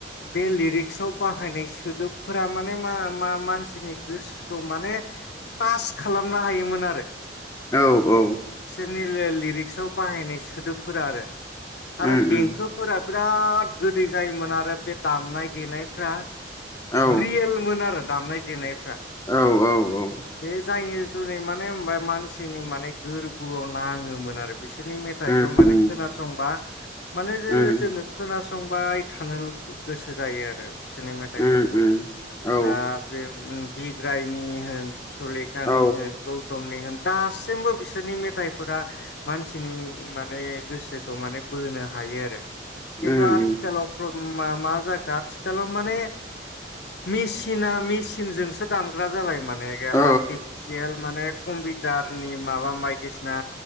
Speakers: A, on the left; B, on the left.
A: बे लिरिक्सआव बाहायनाय सोदोबफोरा माने मा मा मानसिनि गोसोखौ माने टास खालामनो हायोमोनारो।
B: औ औ
A: निले लिरिक्सआव बाहायनाय सोदोबफोरा आरो आरो
B: उम
A: देंखोफोरा
B: उम
A: बिराद गोदै जायोमोन आरो बे दामनाय देनायफ्रा
B: औ
A: रियेलमोन आरो दामनाय देनायफ्रा
B: औ औ औ
A: बे जायनि जुनै माने होनबा मानसिनि माने गोरबोआव नाङोमोन आरो बिसोरनि मेथाइखौ
B: उम
A: माने
B: उम
A: खोनासंबा, माने जे
B: उम
A: जे जोङो खोनासंबाय, थानोल' गोसो जायोआरो। बिसोरनि मेथाइफोरखौ
B: उम उम औ
A: दा बे उम बिग्रायनि होन सुलिकानि
B: औ
A: होन गौतमनि होन दासिमबो बिसोरनि मेथाइफोरा मानसिनि माने गोसोखौ माने बोनो हायो आरो खिन्थु
B: उम
A: आथिखालाव
B: उम
A: प्र मा मा जाखो आथिखालाव माने मिसिना मिसिनजोंसो दामग्रा जाबाय माने
B: औ
A: आरटिफिसियेल माने कम्पिउटारनि माबा बायदिसिना